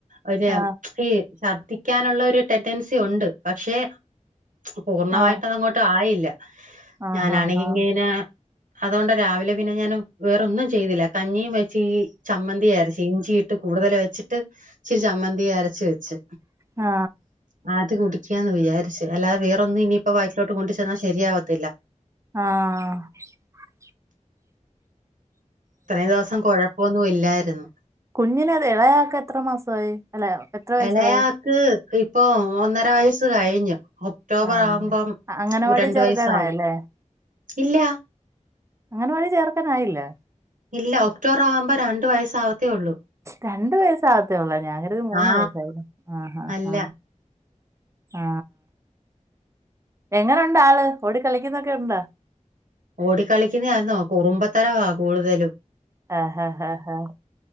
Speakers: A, on the right; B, on the right.
A: ഒരു
B: ആ
A: ഈ ഛർദ്ദിക്കാനുള്ള ഒരു ടെറ്റൻസി ഉണ്ട് പക്ഷെ പൂർണ്ണമായിട്ട്
B: ആ
A: അതങ്ങോട്ട് ആയില്ല
B: ആ
A: ഞാനാണങ്കിങ്ങനെ
B: ആ ആ
A: അതുകൊണ്ട് രാവിലെ പിന്നെ ഞാൻ വേറ ഒന്നും. ചെയ്തില്ല കഞ്ഞിയും വെച്ച് ചമ്മന്തി അരച്ച് ഇഞ്ചിയിട്ട് കൂടുതൽ വെച്ചിട്ട് ഇച്ചിരി ചമ്മന്തി അരച്ച വച്ചു.
B: ആ
A: അത് കുടിക്കാന്ന് വിചാരിച്ചു അല്ലാതെ വേറൊന്നും ഇനിപ്പോ വാ <inaudible> <unintelligible> കൊണ്ട് ചെന്നാൽ ശരിയാവത്തില്ല.
B: ആ. <inaudible> <unintelligible>
A: ഇത്രയും ദിവസം കൊഴപ്പൊന്നും ഇല്ലായിരുന്നു.
B: കുഞ്ഞിനെ അത് ഇളയാക്ക എത്ര മാസമായി? അല്ല എത്ര വയസ്സായി
A: ഇളയാക്ക് ഇപ്പൊ ഒന്നര വയസ്സ് കഴിഞ്ഞു. ഒക്ടോബർ
B: ആ
A: ആകുമ്പം
B: അ- അംഗനവാടി
A: രണ്ടു
B: ചേർക്കാനായല്ലേ
A: വയസാവും ഇല്ല.
B: അങ്കണവാടിയിൽ ചേർക്കാൻ ആയില്ലേ?
A: ഇല്ല ഒക്ടോബർ ആവുമ്പോ രണ്ട് വയസ്സ് ആവത്തേ ഉള്ളൂ.
B: രണ്ടു വയസ്സ് ആവത്തേ ഉള്ള ഞാൻ കരുതി മൂന്ന്
A: ആ
B: വയസായി ആ ആ
A: അല്ല
B: ആ. ആ എങ്ങനുണ്ട് ആള് ഓടിക്കളിക്കുന്നൊക്കെ. ഉണ്ട?
A: ഓടിക്കളിക്കുന്ന ആന്നോ കുറുമ്പത്തരവാ കൂടുതലും.
B: ആഹ് ആഹ് ആഹ് ആഹ്.